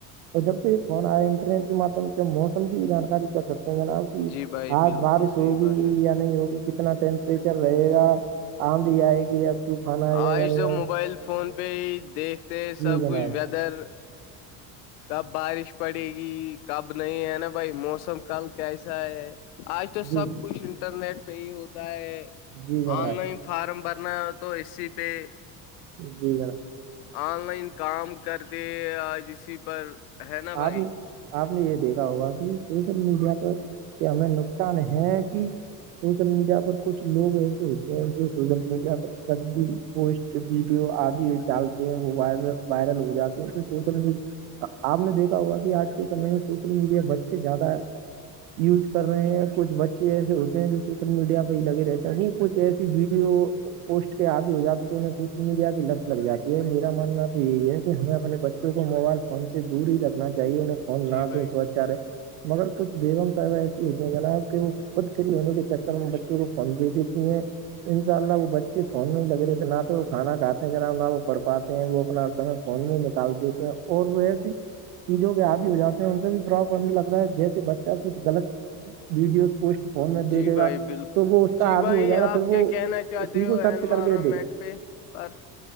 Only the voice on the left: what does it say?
جی بھائی
بالکل
صحیح
بات ہے
آج
تو
موبائل فون پہ ہی دیکھتے سب
کچھ ویدر کب بارش پڑے گی کب نہیں ہے نا بھائی موسم کل کیسا ہے آج تو
سب کچھ انٹرنیٹ پہ ہی ہوتا ہے
آن لائن فارم بھرنا ہو تو اسی پہ
آن لائن کام کرتے آ اسی پر ہے نا
بھائی
جی
بھائی
جی
بھائی بالکل
جی
بھائی
آپ
کیا
کہنا چاہتے
ہو
انوائرمنٹ
پہ اور